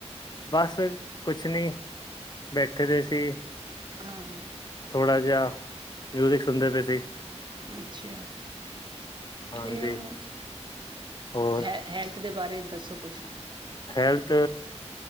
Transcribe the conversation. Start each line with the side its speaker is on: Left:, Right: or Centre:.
Left: ਬਸ ਕੁਛ ਨੀ, ਬੈਠੇ ਦੇ ਸੀ।
Right: ਹਾਂ
Left: ਥੋੜਾ ਜਿਹਾ ਮਿਊਜਿਕ ਸੁਣਦੇ ਪਏ ਸੀ।
Right: ਅੱਛਾ।
Left: ਹਾਂਜੀ
Right: ਤੇ ਉਹ,
Left: ਹੋਰ
Right: ਹੈ ਹੈਲਥ ਦੇ ਬਾਰੇ ਦੱਸੋ ਕੁਛ?
Left: ਹੈਲਥ